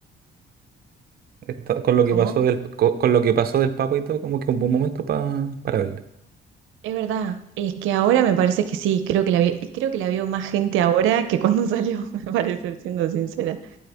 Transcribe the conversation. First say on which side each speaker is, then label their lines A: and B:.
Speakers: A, on the right; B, on the right.
A: está- con lo
B: ¿cómo?
A: que pasó del, co- con, lo que pasó del papa y todo, como que un buen momento pa- para verla.
B: Es verdad, es que ahora me parece que sí, creo que la vi- creo que la vio más gente ahora que cuando <laughs> salió, me parece, siendo sincera.